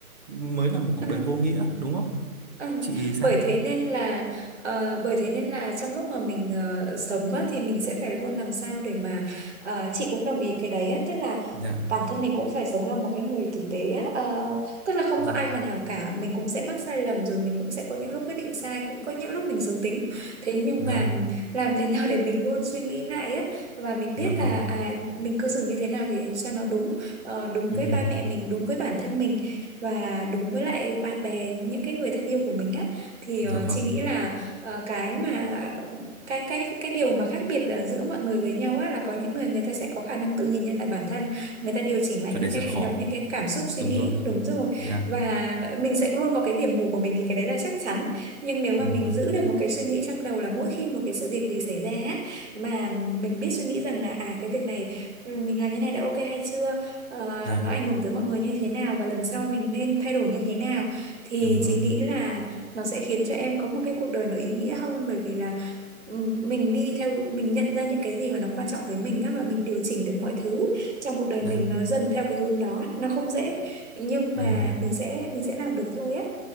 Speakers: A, on the right; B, on the right.
A: mới là một cuộc
B: À,
A: đời vô nghĩa đúng không
B: Ừ,
A: chị thì sao
B: bởi thế nên là ờ, bởi thế nên là trong lúc mà mình ờ, sống á, thì mình sẽ phải luôn làm sao để mà ờ, chị cũng đồng ý cái đấy á, tức là
A: dạ
B: bản thân mình cũng phải sống là một cái người tử tế á, ờ, tức là không
A: dạ
B: có ai hoàn hảo cả mình cũng sẽ mắc sai lầm rồi mình cũng sẽ có những lúc quyết định sai cũng có những lúc mình xấu tính thế nhưng
A: dạ
B: mà làm thế nào để mình luôn suy nghĩ lại á và mình
A: dạ
B: biết
A: vâng
B: là à, mình cư xử như thế nào thì cho nó đúng ờ, đúng
A: ừ
B: với ba mẹ mình đúng với bản thân mình và đúng với lại bạn bè những cái người thân yêu của mình á thì
A: dạ
B: ờ,
A: vâng
B: chị nghĩ là ờ, cái mà cái cái cái điều mà khác biệt ờ, giữa mọi người với nhau á là có những người người ta sẽ có khả năng tự nhìn nhận lại bản thân người ta điều chỉnh lại
A: cái
B: những
A: đấy rất
B: cái hành
A: khó
B: động những cái cảm xúc suy
A: đúng
B: nghĩ
A: rồi
B: đúng rồi
A: dạ
B: và mình sẽ luôn có cái điểm mù của mình thì cái đấy là chắc chắn nhưng nếu mà
A: đúng
B: mình
A: rồi
B: giữ được một cái suy nghĩ trong đầu là mỗi khi một cái sự việc gì xảy ra á, mà mình biết suy nghĩ rằng là à cái việc này ừ, mình làm như này đã ok hay chưa ờ,
A: dạ
B: nó ảnh hưởng tới mọi người như thế nào và lần sau mình nên thay đổi như thế nào thì
A: đúng rồi
B: chị nghĩ là nó sẽ khiến cho em có một cái cuộc đời nó ý nghĩa hơn bởi vì là ừm, mình đi theo mình nhận ra những cái gì mà nó quan trọng với mình á và mình điều chỉnh được mọi thứ trong cuộc đời
A: dạ
B: mình nó dần theo cái hướng đó nó không dễ nhưng
A: ừ
B: mà mình sẽ mình sẽ làm được thôi á